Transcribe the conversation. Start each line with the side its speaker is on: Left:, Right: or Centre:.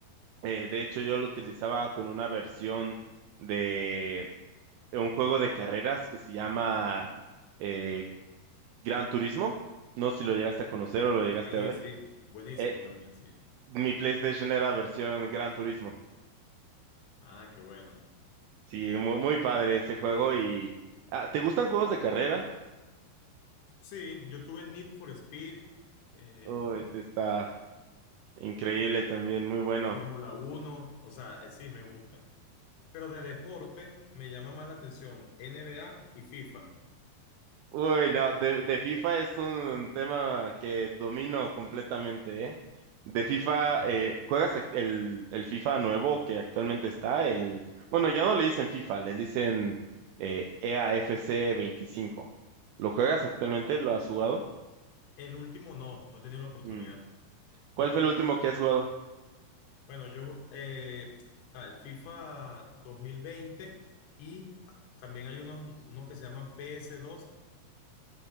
Right: Eh, de hecho, yo lo utilizaba con una versión de un juego de carreras que se llama eh, Gran Turismo. No sé si lo llegaste a conocer o lo llegaste
Left: Sí,
Right: a ver.
Left: sí, buenísimo
Right: Eh,
Left: también, sí.
Right: mi PlayStation era versión Gran Turismo.
Left: Ah, qué bueno.
Right: Sí, muy, muy padre ese juego y... ah, ¿te gustan juegos de carrera?
Left: Sí, yo tuve Need for Speed, em,
Right: Oh, este está increíble también, muy bueno.
Left: Fórmula uno, o sea, eh, sí, me gustan. Pero de deporte me llama más la atención NBA y FIFA.
Right: Uy, no, de, de FIFA es un tema que domino completamente, ¿eh? De FIFA, eh, ¿juegas ac- el, el FIFA nuevo que actualmente está? El, bueno, ya no le dicen FIFA, le dicen eh, EAFC veinticinco ¿Lo juegas actualmente? ¿Lo has jugado?
Left: El último no, no he tenido la oportunidad.
Right: Mm. ¿Cuál fue el último que has jugado?
Left: Bueno, yo, eh, tal, FIFA 2020 y también hay unos, unos que se llaman PS2,